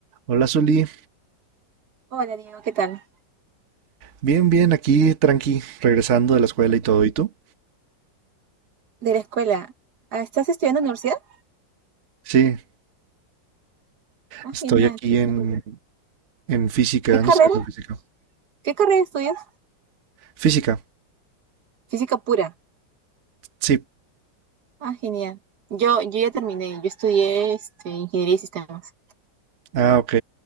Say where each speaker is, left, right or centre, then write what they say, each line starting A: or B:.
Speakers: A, on the right (about 45°); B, on the right (about 60°).
A: Hola, Zuli.
B: Hola, Diego, ¿qué tal?
A: Bien, bien, aquí, tranqui, regresando de la escuela y todo. ¿Y tú?
B: De la escuela. Ah, ¿Estás estudiando en la universidad?
A: Sí,
B: Ah,
A: estoy
B: genial.
A: aquí
B: Qué, chévere.
A: en, en física.
B: ¿Qué carrera?
A: ¿No estoy viendo física?
B: ¿Qué carrera estudias?
A: Física,
B: Física pura.
A: sí.
B: Ah, genial. Yo, yo ya terminé. Yo estudié este, ingeniería y sistemas.
A: Ah, ok.